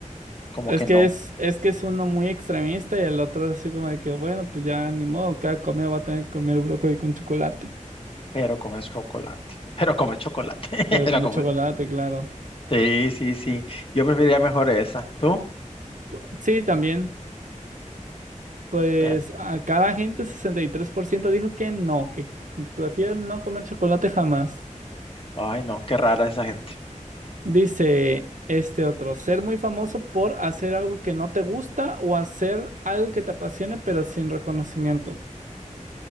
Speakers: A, on the left (about 45°); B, on the right (about 75°).
A: como
B: Es
A: que
B: que
A: no,
B: es, es que es uno muy extremista y el otro es así como de que, bueno, pues ya ni modo, cada comida va a tener que comer brócoli con chocolate.
A: pero comes chocolate. <laughs> Pero comes chocolate,
B: Pero
A: <laughs> pero
B: come
A: comes.
B: chocolate, claro.
A: Sí, sí, sí. Yo preferiría mejor esa. ¿Tú?
B: Bu- Sí, también. Pues
A: Pero,
B: acá la gente, 63% dijo que no, que prefieren no comer chocolate jamás.
A: ay, no, qué rara esa gente.
B: Dice este otro, ser muy famoso por hacer algo que no te gusta o hacer algo que te apasione pero sin reconocimiento.